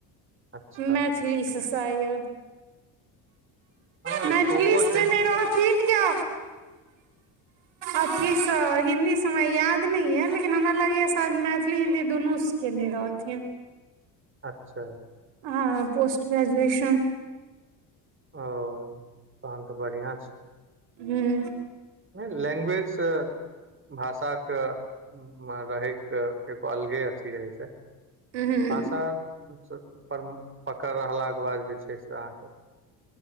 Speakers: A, on the right; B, on the right.
A: अच्छा
B: मैथिली से शायद
A: हँ
B: मैथिली
A: स्कोपो
B: से
A: छै ने
B: रह तिन गो अथीसँ हिन्दीसँ हमरा याद नहि यऽ लेकिन हमरा लगैए मैथिली हिन्दी दुनू केने रहथिन
A: अच्छा
B: हँ पोस्ट ग्राजुएशन
A: ओ तहन तऽ बढ़िआँ छै
B: ह्म
A: नहि लैंग्वेजसँ भाषाके रहैके एगो अलगे अथी रहै छै
B: हूँ
A: भाषा पर पकड़ रहलाके बाद जे छै से अहाँके